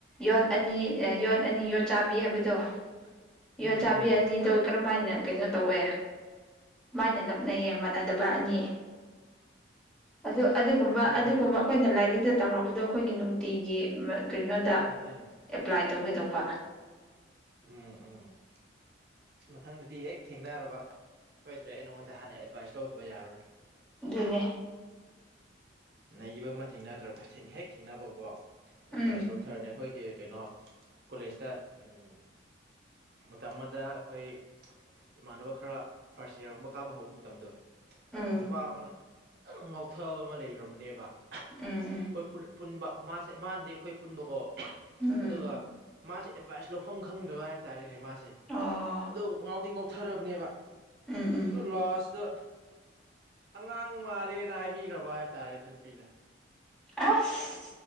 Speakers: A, in the centre; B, on the right (about 55°).
A: ꯌꯣꯠ ꯑꯅꯤ ꯌꯣꯠ ꯑꯅꯤ ꯌꯣꯠ ꯆꯥꯕꯤ ꯍꯥꯏꯕꯗꯣ
B: ꯎꯝ
A: ꯌꯣ ꯆꯥꯕꯤ
B: ꯎꯝ
A: ꯑꯅꯤꯗꯣ ꯀꯔꯝꯃꯥꯏꯅ ꯀꯩꯅꯣ ꯇꯧꯋꯦ ꯃꯥꯏꯅ ꯅꯞꯅꯩꯌꯦ ꯃꯥꯟꯅꯗꯕ ꯑꯅꯤ ꯑꯗꯨ ꯑꯗꯨꯒꯨꯝꯕ
B: ꯍꯣꯏꯅꯦ
A: ꯑꯗꯨꯒꯨꯝꯕ ꯑꯩꯈꯣꯏꯅ ꯂꯥꯏꯔꯤꯛꯇ ꯇꯝꯔꯛꯄꯗꯣ ꯑꯩꯈꯣꯏꯒꯤ ꯅꯨꯡꯇꯤꯒꯤ ꯀꯔꯤꯅꯣꯗ
B: ꯎꯝ ꯎꯝ
A: ꯑꯦꯄ꯭ꯂꯥꯏ ꯇꯧꯒꯦꯗꯧꯕ
B: ꯎꯝ ꯎꯝ ꯃꯊꯪꯗꯗꯤ ꯍꯦꯛ ꯊꯦꯡꯅꯔꯕ ꯁꯣꯏꯗ꯭ꯔꯦ ꯑꯩ ꯅꯉꯣꯟꯗ ꯍꯥꯟꯅ ꯑꯦꯗꯚꯥꯏꯁ ꯂꯧꯗꯕ ꯌꯥꯔꯔꯣꯏ
A: ꯑꯗꯨꯅꯦ
B: ꯅꯩꯕ ꯑꯃ ꯊꯦꯡꯅꯗ꯭ꯔꯕ ꯑꯁ ꯍꯦꯛ ꯊꯦꯡꯅꯕꯀꯣ ꯑꯦꯗꯚꯥꯏꯁ
A: ꯎꯝ
B: ꯂꯧꯊꯔꯅꯤ ꯑꯩꯈꯣꯏꯒꯤ ꯀꯩꯅꯣ ꯀꯣꯂꯦꯖꯇ ꯎꯝ ꯃꯇꯝ ꯑꯃꯗ ꯑꯈꯨꯏ ꯏꯃꯥꯟꯅꯕ ꯈꯔ ꯐꯥꯔꯁ ꯌꯥꯔꯨꯝꯕ ꯀꯥꯕ ꯍꯧꯕ ꯃꯇꯝꯗꯣ
A: ꯎꯝ
B: ꯅꯨꯄꯥ ꯑꯃꯅ ꯐꯖꯅ ꯉꯥꯎꯊꯕ ꯑꯃ ꯂꯩꯕ꯭ꯔꯕꯅꯦꯕ
A: ꯎꯝ ꯎꯝ
B: ꯑꯩꯈꯣꯏ ꯄꯨꯜ ꯄꯨꯟꯕ ꯃꯥꯁꯦ ꯃꯥꯟꯗꯤ ꯑꯩꯈꯣꯏ ꯄꯨꯟꯕꯀꯣ
A: ꯎꯝ ꯎꯝ
B: ꯑꯗꯨꯒ ꯃꯥꯁꯦ ꯑꯦꯗꯚꯥꯏꯁ ꯂꯧꯐꯝ ꯈꯪꯗꯕ ꯍꯥꯏꯕ ꯇꯥꯔꯦꯅꯦ ꯃꯥꯁꯦ
A: ꯑꯣ
B: ꯑꯗꯣ ꯉꯥꯎꯗꯤ ꯉꯥꯎꯊꯔꯕꯅꯦꯕ
A: ꯎꯝ ꯎꯝ
B: ꯑꯗꯨ ꯂꯥꯁꯇ ꯑꯉꯥꯡ ꯃꯥꯜꯂꯦꯅ ꯍꯥꯏꯕꯤꯈ꯭ꯔꯕ ꯍꯥꯏ ꯇꯥꯔꯦ ꯑꯗꯨꯅ ꯄꯤꯅ
A: ꯑꯐ